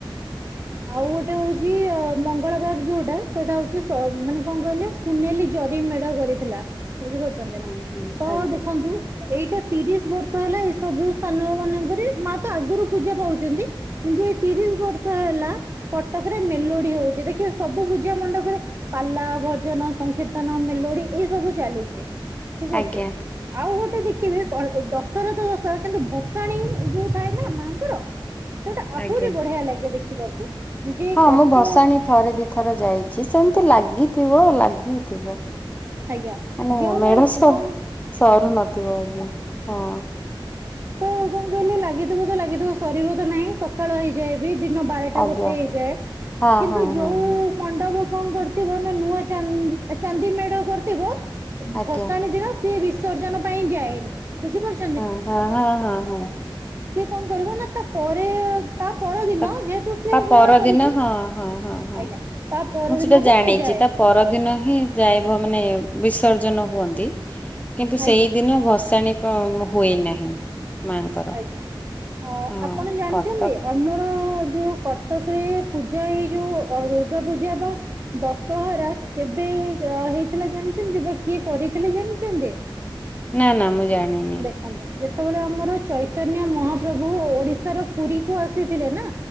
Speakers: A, on the right; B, on the left.
A: ଆଉ ଗୋଟେ ହଉଛି ଅ ମଙ୍ଗଳ ବାଗ ଯୋଉଟା ସେଇଟା ହଉଛି ମାନେ କଣ କହିଲେ, ସୁନେଲି ଜରି ମେଢ କରିଥିଲା ବୁଝିପାରୁଛନ୍ତି ନା?
B: ହଁ ହଁ
A: ତ
B: ଆଜ୍ଞା
A: ଦେଖନ୍ତୁ
B: ଆଜ୍ଞା ହଁ ହଁ ହଁ
A: ଏଇଟା ତିରିଶ ବର୍ଷ ହେଲା ଏଇ ସବୁ ସ୍ଥାନ ମାନଙ୍କରେ ମା ତ ଆଗରୁ ପୂଜା ପାଉଛନ୍ତି। କିନ୍ତୁ ଏଇ ତିରିଶ ବର୍ଷ ହେଲା କଟକରେ ମେଲୋଡି ହଉଛି ଦେଖିବ। ସବୁ ପୂଜା ମଣ୍ଡପରେ ପାଲା, ଭଜନ, ସଂକୀର୍ତନ, ମେଲୋଡି ଏଇ ସବୁ ଚାଲିଛି। ଠିକ
B: ଆଜ୍ଞା
A: ଅଛେ। ଆଉ ଗୋଟେ ଗୋଟେ ଦେଖିବେ ଦଶହରା ତ ଦଶହରା କିନ୍ତୁ ଭସାଣୀ ଯୋଉ ଥାଏ ନା ମାଙ୍କର ସେଇଟା ଆହୁରି
B: ଆଜ୍ଞା।
A: ବଢିଆ ଲାଗେ ଦେଖିବାକୁ। ଯେ
B: ହଁ
A: କଟ
B: ମୁଁ ଭସାଣି ଥରେ ଦିଥର ଯାଇଛି, ସେମିତି ଲାଗିଥିବ, ଲାଗିଥିବ।
A: ଆଜ୍ଞା
B: ଆ
A: ଯେଉଁ
B: ମେଢ
A: ମନ
B: ସ
A: କଣ
B: ସରୁ ନଥିବ। ଆଜ୍ଞା, ହଁ।
A: ତ କଣ କହିଲେ ଲାଗିଥିବ ତ ଲାଗିଥିବ ସରିବ ତ ନାହିଁ ସକାଳ ହେଇଯାଏ ବି, ଦିନ ବାରଟା
B: ଆଜ୍ଞା।
A: ଗୋଟେ ହେଇଯାଏ,
B: ହଁ
A: କିନ୍ତୁ
B: ହଁ
A: ଯୋଉ
B: ହଁ ହଁ
A: ମଣ୍ଡପ କଣ କରିଥିବ ନା ନୂଆ ଚାନ୍ଦିମେଢ କରି ଥିବ,
B: ଆଜ୍ଞା
A: ଭସାଣି ଦିନ ସିଏ ବିସର୍ଜନ ପାଇଁ ଯାଏନି ବୁଝିପାରୁଚ?
B: ହଁ, ହଁ, ହଁ, ହଁ, ହଁ।
A: ସିଏ କଣ କରିବ ନା ତାପରେ ଏ ତା ପରଦିନ
B: ତା
A: ଯେହେତୁ ସେ
B: ତା
A: ନୂଆ
B: ପରଦିନ
A: କରିଛି ନା?
B: ହଁ ହଁ ହଁ ହଁ।
A: ଆଜ୍ଞା। ତା ପରଦିନକୁ
B: ମୁଁ ସେଟା ଜାଣିଛି
A: ସେ ଯାଏ।
B: ତା ପରଦିନ ହିଁ ଯାଇବ ମାନେ ବିସର୍ଜନ ହୁଅନ୍ତି। କିନ୍ତୁ ସେଇଦିନ
A: ଆଜ୍ଞା
B: ଭସାଣି ହୁଏ ନାହିଁ ମାଙ୍କର।
A: ଆଜ୍ଞା ଆପଣ
B: ହଁ
A: ଜାଣିଛନ୍ତି
B: କଟକ
A: ଅ ଆ ଯୋଉ କଟକ ରେ ପୂଜା ଏଇ ଯୋଉ ଦୁର୍ଗା ପୂଜା ବା ଦଶହରା କେବେ ହେଇଥିଲା ଜାଣିଛନ୍ତି ବା କିଏ କରିଥିଲେ ଜାଣିଛନ୍ତି?
B: ନା, ନା ମୁଁ ଜାଣିନି?
A: ହେଲୋ। ଯେତେବେଳେ ଆମର ଚୈତନ୍ୟ ମହାପ୍ରଭୁ ଓଡିଶାର ପୁରୀ କୁ ଆସିଥିଲେ ନା